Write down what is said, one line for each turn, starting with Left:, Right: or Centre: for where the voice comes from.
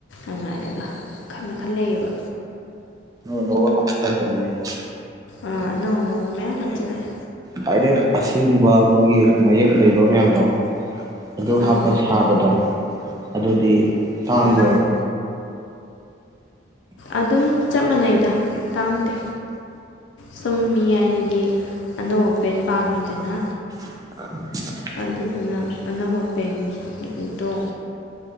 Left: ꯑꯃꯥꯏꯅꯒ ꯃꯈꯜ ꯃꯈꯜ ꯂꯩꯌꯦꯕ
Right: ꯑꯅꯧ ꯑꯅꯧꯕ ꯍꯥꯞꯆꯜꯂꯛꯄꯅꯤꯅꯦꯀꯣ
Left: ꯑꯥ ꯑꯅꯧ ꯑꯅꯧꯕ ꯃꯌꯥꯝ ꯍꯥꯞꯆꯟꯂꯛꯑꯦ
Right: ꯍꯥꯏꯔꯦꯛ ꯑꯁꯦꯡꯕ ꯑꯈꯣꯏꯒꯤ ꯃꯌꯦꯛ ꯂꯩꯕ ꯃꯌꯥꯝꯗꯣ ꯑꯗꯨ ꯍꯥꯞꯄ
Left: ꯑꯥ
Right: ꯁꯥꯕꯗꯣ ꯑꯗꯨꯗꯤ ꯇꯥꯡꯕ꯭ꯔꯕ
Left: ꯎꯝ ꯑꯗꯨꯝ ꯆꯞ ꯃꯥꯟꯅꯩꯗ ꯇꯥꯡꯗꯦ ꯁꯨꯝ ꯃꯤ <unintelligible> ꯑꯅꯧ ꯑꯄꯦꯟ ꯄꯥꯝꯃꯤꯗꯅ
Right: <unintelligible>
Left: ꯑꯗꯨꯗꯨꯅ ꯑꯅꯧ ꯑꯄꯦꯟ <inaudible> ꯗꯣ